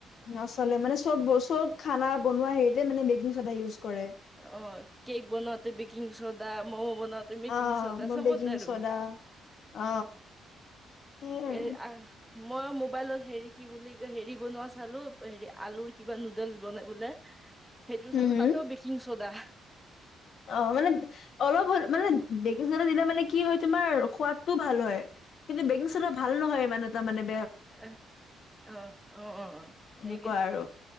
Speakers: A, on the left; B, in the centre.
A: নচলে মানে চব চব খানা বনোৱা হেৰিতে মানে বেকিং চদা ইউজ কৰে।
B: অহ কেক বনাওতে বেকিং চদা ম'ম বন। বনাওতে বেকিং
A: অ
B: চদা
A: মই
B: চবতে
A: বেকিং
B: আৰু
A: চ'ডা অ
B: অহ
A: সেই আৰু
B: এ আ। মই মোবাইলত হেৰি কি বুলি হেৰি বনোৱা চালোঁ হেৰি আলুৰ কিবা নুডলছ বনাই বোলে। সেইটো
A: হুম,
B: চালোঁ
A: হুম।
B: তাতেও বেকিং। চ দা <inaudible>
A: অ' মানে অলপ হল মানে বেকিং চদা দিলে মানে কি হয় তোমাৰ সোৱাদ টোও ভাল হয়, কিন্তু বেকিং চডা ভাল নহয় মানে। ত মানেব
B: এহ অ অ অ অ সেইকে
A: এনেকুৱা আৰু